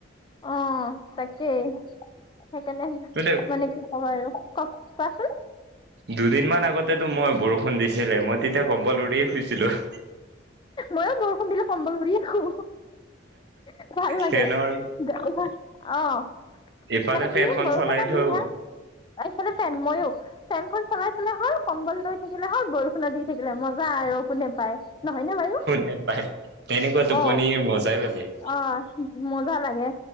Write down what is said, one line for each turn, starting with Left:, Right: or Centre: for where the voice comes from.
Left: অ', তাকেই। সেইকাৰণে
Right: বোলে
Left: মানে কি ক'ব আৰু কওঁক। কোৱাচোন।
Right: দুদিন মান আগতেটো মই বৰষুণ দিছিলে মই তেতিয়া কম্বল উৰিয়ে শুইছিলোঁ।
Left: ময়ো বৰষুণ দিলে কম্বল উৰিয়ে শু। ভাল লাগে
Right: ফেনৰ
Left: গাউ ভা অ'।
Right: ইফালে
Left: মানে
Right: ফেনখন
Left: কি বৰষুণত
Right: চলাই থওঁ
Left: ভিজা, এইফালে ফেন ময়ো ফেনখন চলাই থলে হ'ল, কম্বল লৈ থাকিলে হ'ল, বৰষুণত দি থাকিলে মজা আৰু। কোনে পায়। নহয় নে বাৰু
Right: কোনে পায়? তেনেকুৱা টোপনিয়ে
Left: অ
Right: মজাই বলেগ!
Left: অ মজা লাগে।